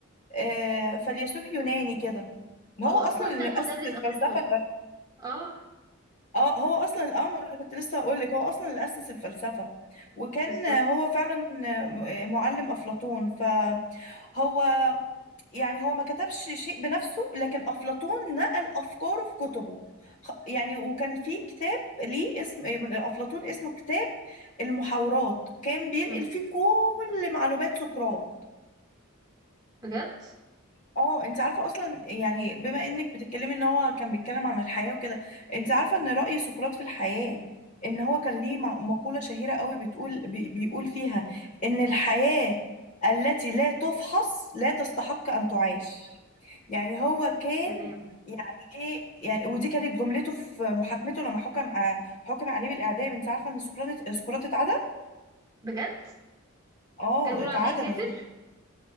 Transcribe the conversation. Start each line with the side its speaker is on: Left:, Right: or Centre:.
Left: آه، فيلسوف يوناني كده هو
Right: هو اصلا
Left: اصلا اللي
Right: كان مدرس
Left: اسس الفلسفه
Right: افلاطون
Left: الغ-
Right: اه
Left: اه هو اصلا اه ما انا كنت لسه هقول لك هو اصلا اللي اسس الفلسفه وكان
Right: بالظبط
Left: آه، هو فعلا آه، م- آه، معلم افلاطون فهو يعني هو ما كتبش شيء بنفسه لكن أفلاطون نقل أفكاره في كتبه خ- يعني وكان في كتاب ليه اسم إيه، من أفلاطون اسمه كتاب المحاورات كان بينقل
Right: امم
Left: فيه كل معلومات سقراط
Right: بجد
Left: اه انت عارفه اصلا يعني بما انك بتتكلمي ان هو كان بيتكلم عن الحياه وكده انت عارفه ان راي سقراط في الحياه ان هو كان ليه مق- مقوله شهيره قوي بتقول بي بيقول فيها ان الحياه التي لا تفحص لا تستحق ان تعاش يعني هو كان
Right: سلام
Left: يعني ايه يعني ودي كانت جملته في محاكمته لما حكم ع- حكم عليه بالاعدام انت عارفه ان سقراط سقراط اتعدم
Right: بجد
Left: اه
Right: كان بيقولوا
Left: اتعدم
Right: عليه كافر